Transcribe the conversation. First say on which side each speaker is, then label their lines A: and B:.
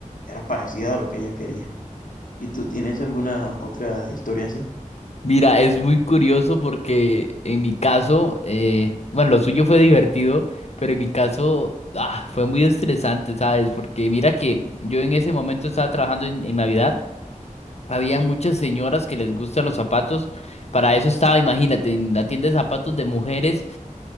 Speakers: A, on the left; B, on the left.
A: era parecida a lo que ella quería. ¿Y tú tienes alguna otra historia así?
B: Mira, es muy curioso porque en mi caso, eh, bueno, lo suyo fue divertido, pero en mi caso ah, fue muy estresante, ¿sabes? Porque mira que yo en ese momento estaba trabajando en en Navidad. Había muchas señoras que les gustan los zapatos. Para eso estaba, imagínate, en la tienda de zapatos de mujeres.